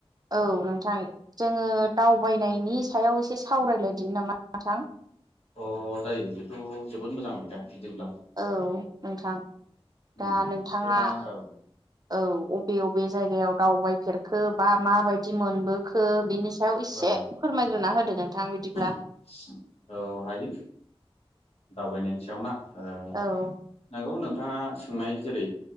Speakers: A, on the right; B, on the left.
A: औ नोंथां जोङो दावबायनायनि सायाव एसे सावरायलायदि नामा नोंथां?
B: अ जायो बेथ' जोबोद मोजां आयदा। बिदिब्ला
A: औ नोंथां
B: उम
A: दा नोंथाङा
B: बिदिब्ला औ
A: औ अबे अबे जायगायाव दावबाय होफेरखो बा मााबायदि मोनबोखो बिनि सायाव एसे
B: औ
A: फोरमायग्रोना होदो नोंथां बिदि
B: औ हायो दावबायनायनि सायाव ना। औ
A: औ
B: नंगौ नौ नोंथाङा सोंनाय जेरै